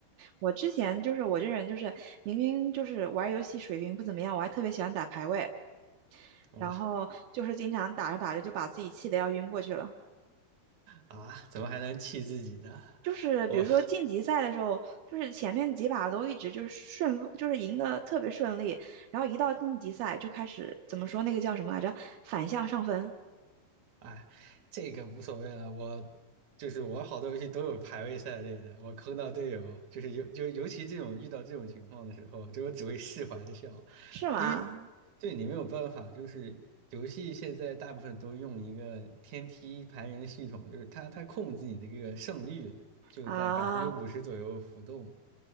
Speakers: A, on the right; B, on the right.
A: 我之前就是我这人就是明明就是玩游戏水平不怎么样，我还特别喜欢打排位，
B: 哇
A: 然后就是经常打着打着就把自己气的要晕过去了。
B: 啊，怎么还能气自己的？
A: 就是比如说晋级赛的时候，
B: 我
A: 就是前面几把都一直就是顺风，就是赢得特别顺利，然后一到晋级赛就开始怎么说那个叫什么来着？反向上分
B: 哎这个无所谓了，我就是我好多游戏都有排位赛类的，我坑到队友，就是尤就尤其这种遇到这种情况的时候，就我只会释怀的笑，
A: 是吗？
B: 因为对你没有办法，就是游戏现在大部分都用一个天梯排名的系统，就是它它控制你的这个胜率就在百分之五十左右浮动，
A: 啊，